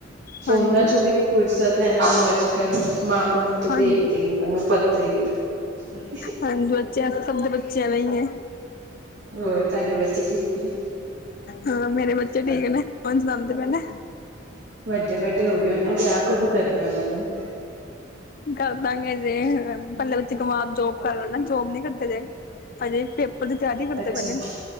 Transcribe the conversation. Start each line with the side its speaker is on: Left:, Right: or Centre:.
Right: ਫੋਨਾਂ
Left: ਹਾਂਜੀ
Right: ਚੋਂ ਵੀ ਨੀ ਫ਼ੁਰਸਤ ਹੈ ਇਹਨਾਂ ਨੂੰ ਅੱਜ- ਕੱਲ, ਮਾਂ ਪਿਓ ਨੂੰ ਤਾਂ ਦੇਖਦੇ
Left: ਹਾਂਜੀ
Right: ਹੀ ਨਹੀਂ ਤੁਹਾਨੂੰ ਪਤਾ ਹੀ ਹੈ। <unintelligible>
Left: ਹਾਂਜੀ, ਬੱਚਿਆ, ਸਭ ਦੇ ਬੱਚੇ ਇਵੇਂ ਹੀ ਏ।
Right: ਹੋਰ, ਤੁਹਾਡੇ ਬੱਚੇ ਠੀਕ ਨੇ?
Left: ਹਾਂ! ਮੇਰੇ ਬੱਚੇ ਠੀਕ ਨੇਂ। ਫੋਨ ਚਲਾਂਦੇ ਪਏ ਨੇ।
Right: ਵੱਡੇ, ਵੱਡੇ ਹੋ ਗਏ ਹੋਣੇ, ਵਿਆਹ ਕਦੋ ਕਰਨਾ ਏ ਉਹਨਾਂ ਦਾ?
Left: ਕਰਦਾਂਗੇ ਅਜੇ, ਪਹਿਲੇ ਤੇ ਇਕ ਵਾਰ ਜੋਬ ਕਰ ਲੈਣ ਹੀ, ਜੋਬ ਨੀ ਕਰਦੇ ਪਏ, ਹਜੇ ਪੇਪਰ ਦੀ ਤਿਆਰੀ ਕਰਦੇ
Right: ਅੱਛਾ
Left: ਪਏ ਨੇ।